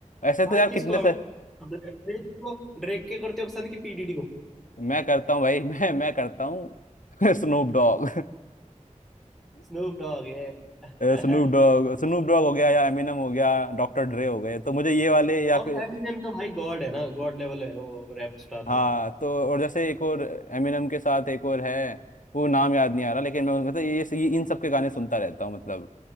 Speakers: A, on the left (about 80°); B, in the centre.
A: ऐसे
B: भाई
A: तो यार
B: किसको
A: कितने
B: आप
A: से
B: ड्रेक को ड्रेक के करते हो पसंद की पीडीडी को
A: मैं करता हूँ भाई <laughs> मैं मैं करता हूँ <laughs> Snoop डॉग <laughs>
B: स्नूप डॉग है <laughs>
A: Snoop Dogg Snoop Dogg <laughs> हो गया या एमिनम हो गया डॉक्टर ड्रे हो गए तो मुझे ये वाले या
B: अब
A: फिर
B: एमिनेम तो भाई गॉड है ना गॉड लेवल है वो रैप स्टार
A: हाँ
B: तो
A: तो और जैसे एक और एमिनम के साथ एक और है वो नाम याद नहीं आ रहा लेकिन मैं मतलब ये, ये इन सब के गाने सुनता रहता हूँ मतलब